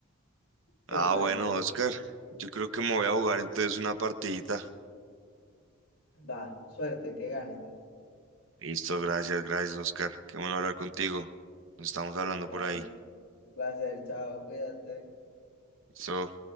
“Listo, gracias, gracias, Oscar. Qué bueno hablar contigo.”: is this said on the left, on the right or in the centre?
Right